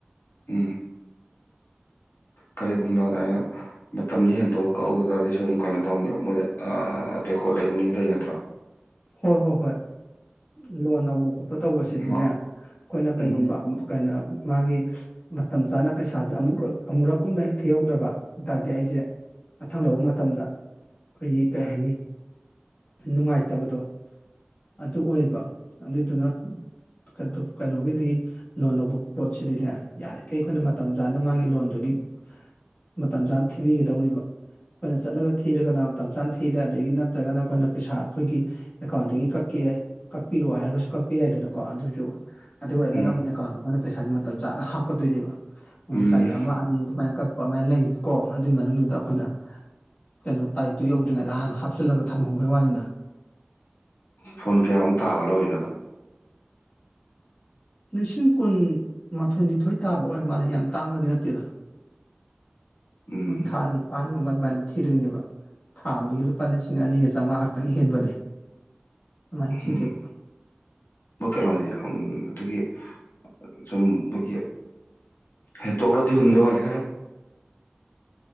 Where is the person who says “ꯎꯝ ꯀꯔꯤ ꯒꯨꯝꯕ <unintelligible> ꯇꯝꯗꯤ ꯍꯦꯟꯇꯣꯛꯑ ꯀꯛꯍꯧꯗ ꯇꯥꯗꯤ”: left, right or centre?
Left